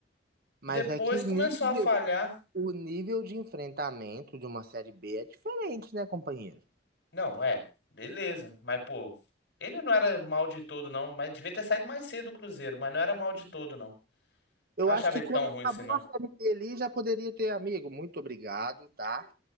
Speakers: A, on the right (about 55°); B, on the left (about 60°).
A: Mas
B: Depois
A: é que o
B: começou
A: nível,
B: a falhar.
A: O nível de enfrentamento de uma série B é diferente, né, companheiro?
B: Não, é, beleza. Mas, pô, ele não era mal de todo, não. Mas devia ter saído mais cedo do Cruzeiro, mas não era mal de todo, não.
A: Eu
B: Não achava
A: acho que
B: ele
A: quando
B: tão ruim
A: acabou
B: assim, não.
A: a série B ali, já poderia ter, amigo, muito obrigado, tá?